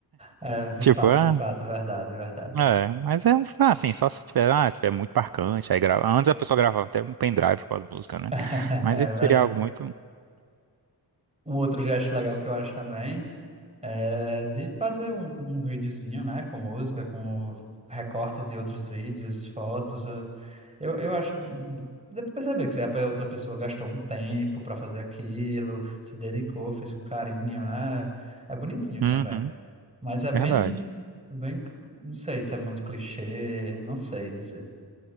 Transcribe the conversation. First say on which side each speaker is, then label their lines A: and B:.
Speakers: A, on the right (about 15°); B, on the right (about 60°).
A: É, de
B: Tipo,
A: fato,
B: ah...
A: de fato, verdade, verdade.
B: É, mas é um, ah, assim, só se tiver, ah, tiver muito marcante, aí grava. Antes a pessoa gravava até um pendrive com as músicas, né?
A: <laughs>
B: Mas
A: É
B: esse
A: verdade.
B: seria algo muito.
A: Um outro gesto legal que eu acho também. É, de fazer um, um videozinho, né, com música, com recortes de outros vídeos, fotos. eh, Eu, eu acho. Dá pra perceber que se a outra pessoa gastou um tempo para fazer aquilo, se dedicou, fez com carinho, né? É bonitinho também.
B: Uhum,
A: Mas é bem,
B: verdade.
A: é bem, não sei se é muito clichê, não sei dizer.